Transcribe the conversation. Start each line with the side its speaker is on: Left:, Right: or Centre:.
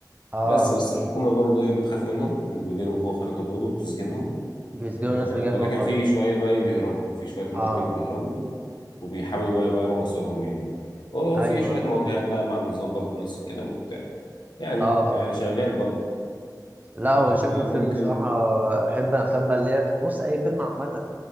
Right: اه
Left: بس بس الحكومة برضو إيه بتخاف منهم اللي بيجي لهم قوة خارقة دول وبتسجنهم
Right: بيسجنوا
Left: آه،
Right: الناس اللي جايه
Left: ولكن
Right: جوه الخريطة
Left: في شوية بقى إيه بيهربوا في شوية مراهقين
Right: اه
Left: بيهربوا وبيحاولوا بقى يغيروا مصيرهم يعني وفي
Right: ايوه
Left: شوية مواجهات بقى مع النظام برضو نفس الكلام وبتاع يعني
Right: اه اه
Left: آه، شغال برضو
Right: لا هو
Left: فإحنا
Right: شكله فيلم
Left: ممكن
Right: صراحة بحب الافلام بقى اللي هي بص اي فيلم عامة